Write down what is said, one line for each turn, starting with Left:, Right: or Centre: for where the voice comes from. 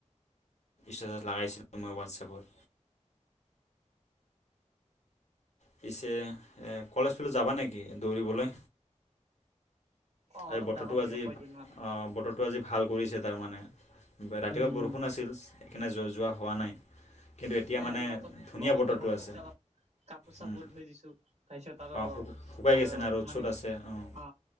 Left: ষ্টেটাছ লগাইছিলো। মই হোৱাটছএপত পিছে কলেজ ফালে যাবা নেকি দৌৰিবলৈ
Right: অ অলপ
Left: এই বতৰটো
Right: যাব লাগিব
Left: আজি
Right: কেইদিন মান
Left: বত ত', আজি ভাল কৰিছে। তাৰমানে ৰাতিপুৱা
Right: উম উম
Left: বৰষুণ আছিল। সেইকাৰণে যোৱা হোৱা নাই। কিন্তু এতিয়া
Right: নাই।
Left: মানে
Right: আজি বতত
Left: ধুনীয়া
Right: বতৰতো
Left: বতৰটো
Right: ভাল
Left: আছে
Right: কৰিছে অলপ কাপোৰ চাপোৰ
Left: উম,
Right: ধুই দিছো তাৰপিছত আৰু
Left: অঁ শুক- শুকাই গৈছে
Right: আৰু
Left: না ৰ'দ
Right: মানে
Left: চ'দ আছে অঁ
Right: অ,